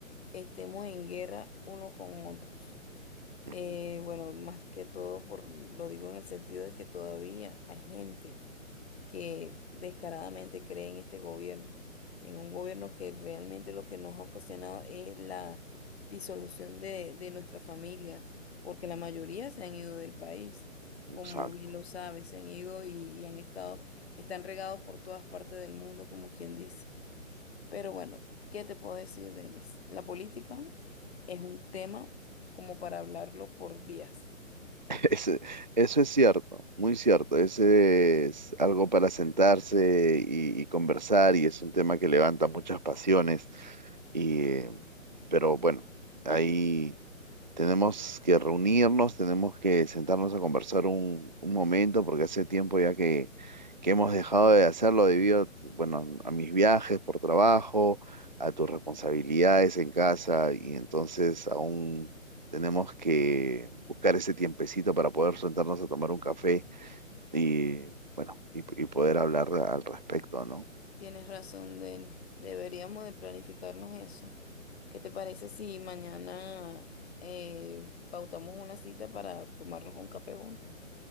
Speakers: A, on the left (about 50°); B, on the right (about 35°).
A: estemos en guerra uno con otros.
B: Ujú,
A: Eh, bueno, más que todo, por, lo digo en el sentido de que todavía hay gente. que descaradamente cree en este gobierno, en un gobierno que realmente lo que nos ha ocasionado es la disolución de, de nuestra familia, porque la mayoría se han ido del país, como
B: Exacto.
A: bien lo sabes, se han ido y, y han estado, están regados por todas partes del mundo, como quien dice. Pero bueno, ¿qué te puedo decir, Denis? La política es un tema como para hablarlo por días.
B: Ese- eso es cierto, muy cierto. Ese es algo para sentarse y, y conversar y es un tema que levanta muchas pasiones. Y, eh, pero bueno, ahí. Tenemos que reunirnos, tenemos que sentarnos a conversar un, un momento, porque hace tiempo ya que, que hemos dejado de hacerlo debido, bueno, a mis viajes por trabajo, a tus responsabilidades en casa, y entonces aún tenemos que buscar ese tiempecito para poder sentarnos a tomar un café y, bueno, y, y poder hablar al respecto, ¿no?
A: Tienes razón, Denis. Deberíamos de planificarnos eso. ¿Qué te parece si mañana eh, pautamos una cita para tomarnos un café juntos?